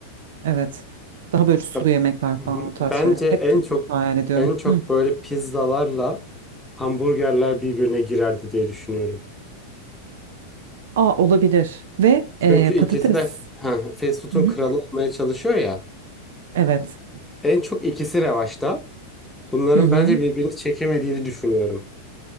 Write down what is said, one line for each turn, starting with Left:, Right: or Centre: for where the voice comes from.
Right: evet. Daha böyle sulu
Centre: Ya,
Right: yemekler
Centre: hı
Right: falan
Centre: hı.
Right: o tarz
Centre: Bence
Right: şeyler.
Centre: en
Right: Hep Türk
Centre: çok
Right: mutfağı hayal ediyorum.
Centre: en çok
Right: Hı.
Centre: böyle pizzalarla hamburgerler birbirine girerdi diye düşünüyorum.
Right: Aa olabilir. Ve
Centre: Çünkü
Right: ee,
Centre: ikisi
Right: patates.
Centre: de f- ha, fast food'un
Right: Hı hı.
Centre: kralı olmaya çalışıyor ya.
Right: Evet.
Centre: En çok ikisi revaçta. Bunların
Right: Hı hı.
Centre: bence birbirini çekemediğini düşünüyorum.